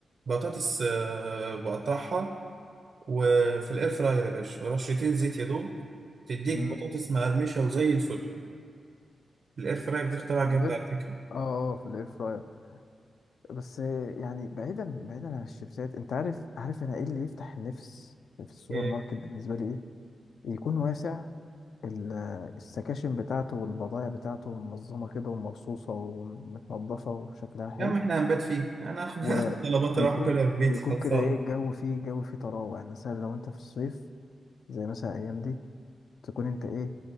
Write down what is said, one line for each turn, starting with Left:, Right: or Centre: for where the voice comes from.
Right: بطاطس آه، بقطعها وفي الاير فراير يا باشا رشتين زيت يا دوب تديك
Left: امم
Right: بطاطس مقرمشه وزي الفل الاير فراير دي اختراع جامد
Left: من غير
Right: على فكره
Left: اه اه في الاير فراير بس يعني بعيدا بعيدا عن الشيبسات انت عارف عارف انا ايه اللي يفتح النفس في السوبر
Right: إيه.
Left: ماركت بالنسبه لي ايه يكون واسع ال- آه، السكاشن بتاعته والبضائع بتاعته منظمه كده ومرصوصه ومتنضفه وشكلها حلو
Right: يا عم احنا هنبات فيه انا اخد
Left: و...
Right: <laughs> اخد طلبات
Left: ويكون
Right: اروح اكلها في بيتي
Left: ويكون
Right: خلصانه
Left: كده ايه الجو فيه الجو فيه طراوة يعني مثلا لو انت في الصيف زي مثلا الايام دي تكون انت ايه